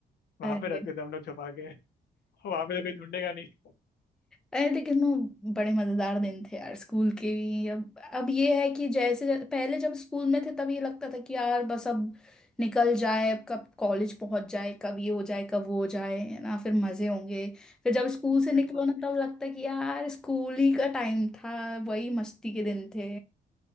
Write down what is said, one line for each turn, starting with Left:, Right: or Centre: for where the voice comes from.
Left: वहां
Centre: अरे
Left: पे रखते थे हम लोग छुपा के <laughs> वहां पे तो कोई ढूंढेगा नहीं
Centre: अरे लेकिन वो बड़े मजेदार दिन थे यार स्कूल के भी अब अब ये है कि जैसे पहले जब स्कूल में थे तब ये लगता था कि यार बस अब निकल जाए अब कब कॉलेज पहुंच जाए कब ये हो जाए कब वो हो जाए है ना फिर मजे होंगे फिर जब स्कूल से निकलो
Left: बिल्कुल
Centre: ना तब लगता है कि यार स्कूल ही का टाइम था वही मस्ती के दिन थे